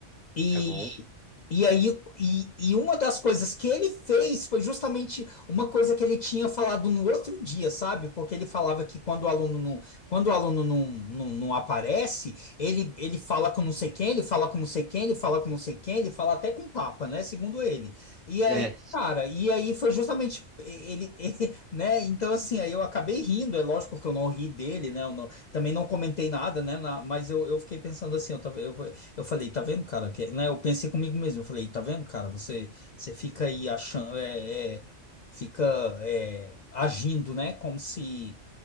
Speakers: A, on the left (about 75°); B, in the centre.
A: E,
B: tá bom.
A: e aí, e, e uma das coisas que ele fez foi justamente uma coisa que ele tinha falado no outro dia, sabe? Porque ele falava que quando o aluno não, quando o aluno não, não, não aparece, ele, ele fala com não sei quem, ele fala com não sei quem, ele fala com não sei quem, ele fala até com o Papa, né? Segundo ele. E aí,
B: É.
A: cara, e aí foi justamente ele, <laughs> ele, né? Então, assim, aí eu acabei rindo, é lógico que eu não ri dele, né? Eu não- também não comentei nada, né? na- mas eu, eu fiquei pensando assim, eu, tava- eu, eu falei, tá vendo, cara? Que, é, né, eu pensei comigo mesmo, eu falei, tá vendo, cara? Você, você fica aí achando, é, é, fica é, agindo, né? Como se,